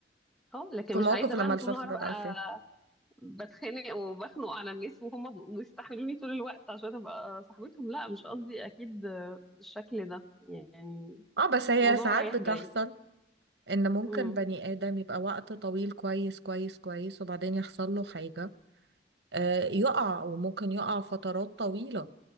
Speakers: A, in the centre; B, on the right (about 75°).
A: اه لكن
B: في
A: مش
B: مواقف
A: عايزة بقى
B: لما
A: أنا
B: الشخص
A: طول النهار
B: بيبقى
A: أبقى
B: ضعيف فيها
A: بتخانق وبخنق على الناس وهم مستحملوني طول الوقت عشان أبقى صاحبتهم لا مش قصدي أكيد آه، بالشكل ده يعني
B: اه بس هي
A: موضوع
B: ساعات
A: رايح
B: بتحصل
A: جاي
B: إن ممكن
A: مم.
B: بني آدم يبقى وقت طويل كويس كويس كويس وبعدين يحصل له حاجة آه يقع وممكن يقع فترات طويلة